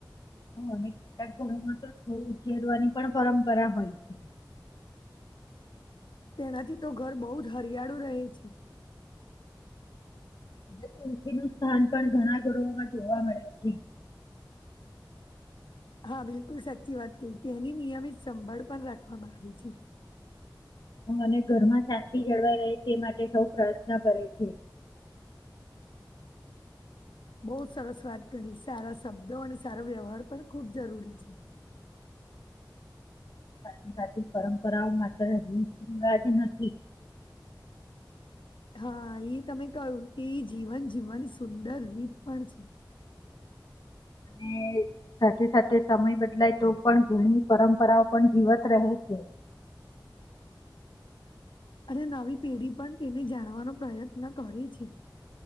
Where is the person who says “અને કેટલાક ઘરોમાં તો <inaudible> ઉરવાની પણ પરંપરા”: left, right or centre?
Left